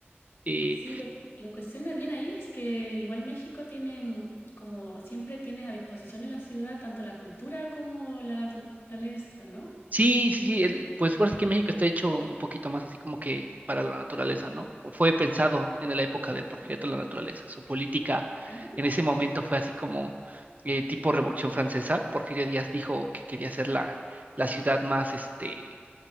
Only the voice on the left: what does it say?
Sí, lo, lo cuestiona bien ahí es que igual México tiene, mm, como siempre tienes a disposición en la ciudad, tanto la cultura como la naturaleza, ¿no?
Ah,